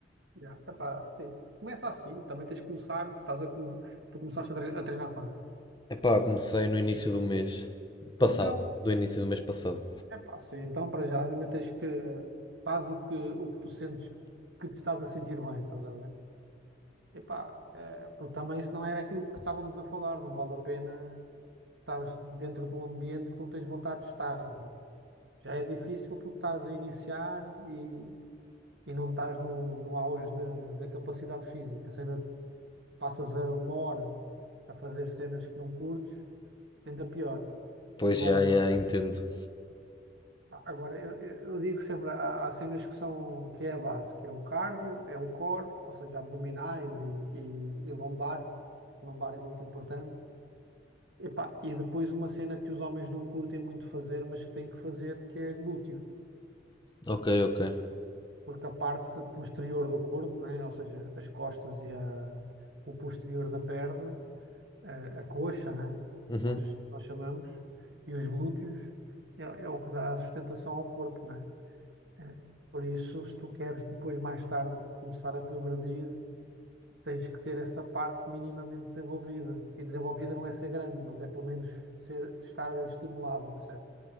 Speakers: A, on the right; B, on the left.
A: Já, epá, sim. Começa assim, também tens de começar, estás a, come- tu começaste a tre- a treinar quando?
B: Epá, comecei no início do mês passado,
A: Então,
B: do início do mês passado.
A: epá, sim, então para já ainda tens que, faz o que, o que tu sentes que te estás a sentir bem, estás a ver? Epá, eh, porque também isso não era aquilo que estávamos a falar, não vale a pena estar dentro de um ambiente que não tens vontade de estar, né? Já é difícil porque estás a iniciar e e não estás no, no auge da, da capacidade física, se ainda passas a uma hora a fazer cenas que não curtes, ainda pior.
B: Pois
A: Agora,
B: já, já, entendo.
A: agora eu, eu digo sempre, há, há cenas que são, que é a base, que é o cardio, é o core, ou seja, abdominais e, e, e lombar. Lombar é muito importante. Epá, e depois uma cena que os homens não curtem muito fazer, mas que têm que fazer, que é glúteo.
B: Ok, ok.
A: porque a parte posterior do corpo, né? Ou seja, as costas e a- o posterior da perna, a, a coxa, né?
B: Uhum.
A: Nós, nós chamamos, e os glúteos, é, é o que dá a sustentação ao corpo, né? É, por isso, se tu queres depois, mais tarde, começar a progredir, tens que ter essa parte minimamente desenvolvida. E desenvolvida não é ser grande, mas é pelo menos ser, estar estimulada, percebe?